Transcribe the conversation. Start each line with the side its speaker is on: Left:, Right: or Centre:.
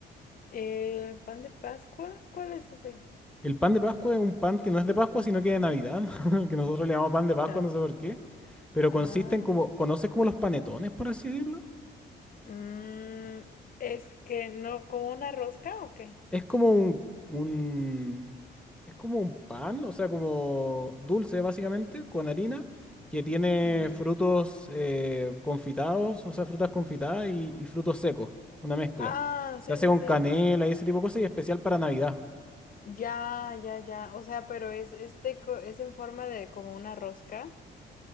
Left: ¿El pan de Pascua? ¿Cuál es ese?
Centre: El pan de Pascua es un pan que no es de Pascua, sino que de Navidad, <laughs> que nosotros le llamamos pan de Pascua,
Left: <laughs>
Centre: no sé por
Left: Ah.
Centre: qué. Pero
Left: Ah.
Centre: consiste en como, ¿conoces como los panetones, por así decirlo?
Left: Mm, es que no, ¿como una rosca o qué?
Centre: Es como un, un- es como un pan, o sea, como dulce básicamente, con harina, que tiene
Left: Ujú.
Centre: frutos eh, confitados, o sea, frutas confitadas y, y frutos secos, una mezcla.
Left: Ah,
Centre: Se
Left: sí,
Centre: hace
Left: sí,
Centre: con
Left: sí.
Centre: canela y ese tipo de cosas y especial para Navidad.
Left: Ya, ya, ya. O sea, pero es este co- es en forma de como una rosca,